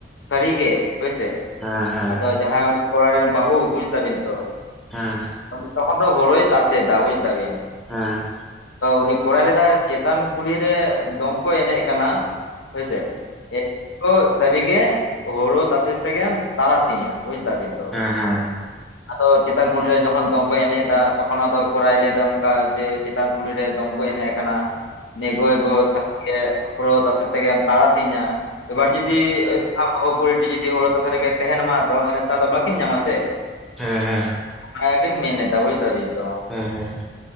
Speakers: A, on the left; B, in the centre.
A: ᱥᱟᱹᱨᱤ ᱜᱮ ᱦᱚᱭ ᱥᱮ
B: ᱦᱮᱸ ᱦᱮᱸ ᱦᱮᱸ ᱦᱮᱸ ᱦᱮᱸ ᱦᱮᱸ ᱦᱮᱸ ᱦᱮᱸ ᱦᱮᱸ ᱦᱮᱸ ᱦᱮᱸ ᱦᱮᱸ ᱦᱮᱸ ᱦᱮᱸ ᱦᱮᱸ ᱦᱮᱸ ᱦᱮᱸ
A: ᱟᱫᱚ ᱡᱟᱦᱟᱸᱭ ᱩᱱᱤ ᱠᱚᱲᱟ ᱨᱮᱱ ᱵᱟᱹᱦᱩ ᱵᱩᱡ ᱫᱟᱵᱤᱱ ᱛᱚ
B: ᱦᱮᱸ
A: ᱛᱠᱷᱚᱱ ᱛᱚ ᱦᱳᱲᱩᱭ ᱛᱟᱥᱮ ᱫᱟ ᱵᱩᱡ ᱫᱟᱵᱤᱱ
B: ᱦᱮᱸ
A: ᱩᱱᱤ ᱠᱚᱲᱟᱭ ᱞᱮᱫᱟ ᱪᱮᱛᱟᱱ ᱠᱩᱞᱦᱤᱨᱮ ᱫᱚᱝᱠᱚᱭ ᱮᱱᱮᱡ ᱠᱟᱱᱟ ᱦᱚᱭ ᱥᱮ ᱚᱹ ᱥᱟᱹᱨᱤᱜᱮ ᱦᱩᱲᱩ ᱛᱟᱥᱮ ᱛᱮᱜᱮᱢ ᱛᱟᱨᱟᱥᱤᱧᱟ ᱵᱩᱡ ᱫᱟ ᱵᱤᱱ ᱛᱚ
B: ᱮᱻᱦᱮ
A: ᱟᱫᱚ ᱪᱮᱛᱟᱱ ᱠᱩᱞ ᱨᱮ ᱡᱚᱠᱷᱚᱱ ᱫᱚᱝ ᱠᱚᱭ ᱮᱱᱮᱡ ᱮᱟ ᱛᱚᱠᱷᱚᱱ ᱟᱫᱚ ᱠᱚᱨᱟᱭ ᱞᱟᱹᱭ ᱫᱟ ᱚᱱᱠᱟ ᱡᱮ ᱪᱮᱛᱟᱱ ᱠᱩᱞᱤᱨᱮ ᱫᱚᱝ ᱠᱚ ᱮᱱᱮᱡ ᱠᱟᱱᱟ ᱮᱜᱳ ᱮᱜᱳ ᱥᱟᱨᱤ‌ ᱜᱮ ᱦᱩᱲᱳ ᱛᱟᱥᱮ ᱛᱮᱜᱮᱢ ᱛᱟᱨᱟ ᱥᱤᱧᱟ ᱮᱵᱟᱨ ᱡᱩᱫᱤ ᱵᱟᱹᱦᱩ ᱠᱩᱲᱤᱴᱤ ᱡᱩᱫᱤ ᱦᱩᱲᱩ ᱛᱟᱥᱟ ᱨᱮᱜᱮ ᱛᱟᱦᱮ ᱢᱟ ᱫᱚᱝ ᱮᱱᱮᱛ ᱫᱚ ᱵᱟᱹᱠᱤᱱ ᱧᱟᱢᱟ ᱥᱮ
B: ᱦᱮᱸ ᱦᱮᱸ
A: ᱚᱱᱟ ᱜᱮᱠᱤᱱ ᱢᱮᱱ ᱫᱟ ᱵᱩᱡ ᱫᱟᱵᱤᱱ ᱛᱚ
B: ᱦᱮᱸ ᱦᱮᱸ